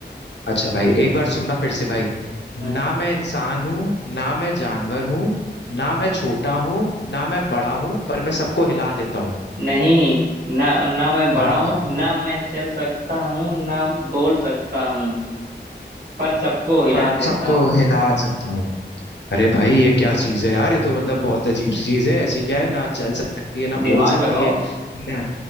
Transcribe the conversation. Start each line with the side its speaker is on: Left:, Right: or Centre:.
Left: अच्छा भाई एक बार सुनना फिर से भाई
Right: हाँ,
Left: ना मैं इंसान हूँ ना मैं जानवर हूँ ना मैं छोटा हूँ ना मैं बड़ा हूँ पर मैं सबको हिला देता हूँ
Right: नहीं ना ना मैं बड़ा
Left: हाँ
Right: हूँ
Left: भाई
Right: ना मैं चल सकता हूँ ना बोल सकता हूँ पर सबको हिला
Left: पर
Right: देता
Left: सबको
Right: हूँ
Left: हिला सकता हूँ अरे भाई ये क्या चीज है यार ये तो मतलब बहुत अजीब सी चीज है ऐसी क्या है ना चल सकती है ना
Right: दिमाग
Left: बोल सकती
Right: लगाओ
Left: है ना